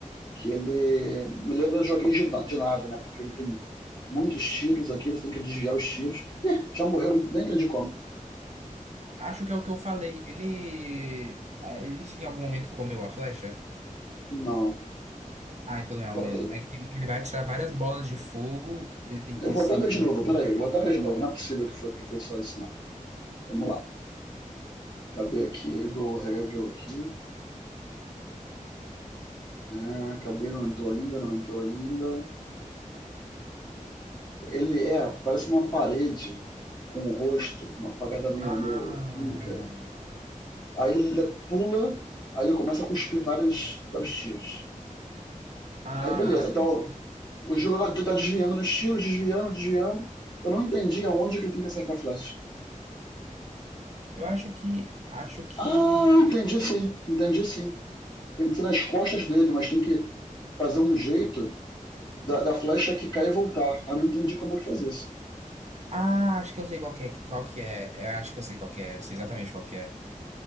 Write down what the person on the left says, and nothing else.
que ele me lembra de joguinho de na- de nave, né? Porque ele tem muitos tiros aqui, você tem que desviar os tiros. Ih, já morreu, nem entendi como.
Não.
Bota-
eu
vou até
ver
de
novo, peraí,
vou até ver de novo. Não é possível que foi, que foi só isso, não. Vamos lá. Cadê aqui? Go Hevel aqui. Ah, cadê? Não entrou ainda, não entrou ainda. Ele é, parece uma parede com o rosto, uma pagada meio,
meio inca. Aí ele pula, aí ele começa a cuspir vários, vários tiros.
E aí, beleza,
então
o jogador tá tá desviando dos tiros, desviando, desviando. Eu não entendi aonde que ele tem que acertar a flecha.
Ah, entendi sim, entendi sim. Tem que ser nas costas dele, mas tem que fazer um jeito da, da flecha que cai e voltar. Ah, não entendi como é que faz isso.